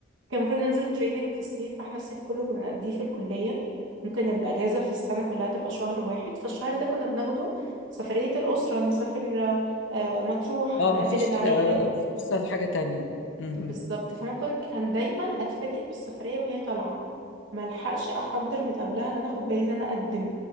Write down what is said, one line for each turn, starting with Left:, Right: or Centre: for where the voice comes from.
Right: كان المفروض ننزل تريننج في الصيف فاحنا الصيف كله كنا بنقضيه في الكلية ممكن الأجازة في السنة كلها تبقى شهر واحد فالشهر ده كنا بناخده سفرية الأسرة نسافر آه، مطروح
Left: اه
Right: نقابل
Left: ما فيش
Right: العيلة
Left: آه، فرصة لحاجة تانية م-م.
Right: بالظبط فما كنت كان دايما أتفاجئ بالسفرية وهي طالعة ملحقش أحضر من قبلها إن أنا أخد بالي إن أنا أقدم